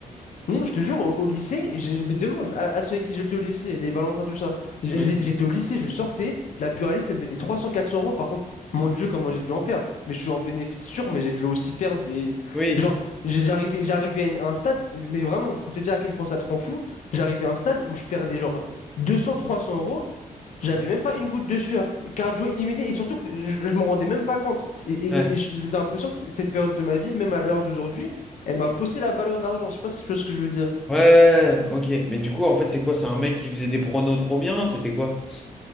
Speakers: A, on the left; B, in the centre.
A: Non, je te jure, au, au lycée, je, mais demande à, à ceux avec qui j'étais au lycée, les Valentins, tout ça. J'-
B: Ok.
A: j'- J'étais au lycée, je sortais, la buraliste, elle me donnait 300-400 euros. Par contre, mon Dieu, comment j'ai dû en perdre. Mais je suis en bénéfice sûr, mais j'ai dû aussi perdre des.
B: Oui.
A: Genre, j'ai- j'arrivais, j'arrivais à un stade, mais vraiment, pour te dire à quel point ça te rend fou, j'arrivais à un stade où je perdais genre 200-300 euros. J'avais
B: Ouais.
A: même pas une goutte de sueur, cardio illimité, et surtout que je, je m'en rendais même pas compte. Et, et,
B: Ouais,
A: et j'ai l'impression que c- cette période de ma vie, même à l'heure d'aujourd'hui, elle m'a faussé la valeur de l'argent. Je sais pas si tu vois ce que je veux dire.
B: ouais, ouais, ok. Mais du coup, en fait, c'est quoi? C'est un mec qui faisait des pronos trop bien? C'était quoi?